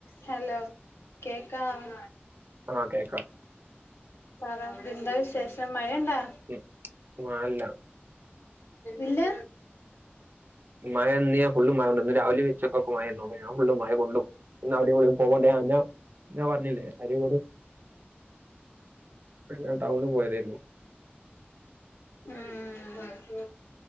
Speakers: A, on the left; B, on the right.
A: Hello കേക്കാവാ
B: ആഹ് കേക്കാം
A: പറ എന്താ വിശേഷം മഴയൊണ്ടാ
B: <unintelligible> മഴല്ല
A: ഇല്ല
B: മയ ഇന്ന്യാൻ ഫുള്ള് മയൊണ്ട് ഇന്ന് രാവിലെ ഉച്ചക്കൊക്കെ മയന്നു അ ഞാ ഫുള്ള് മഴ കൊണ്ടു ഇന്നവിടെയും കൂടി പോവണ്ടേ ഞാ ഞാൻ പറഞ്ഞില്ലേ അരയും കൂടെ ഞാ ടൗണ് പോയതേനു
A: ആഹ്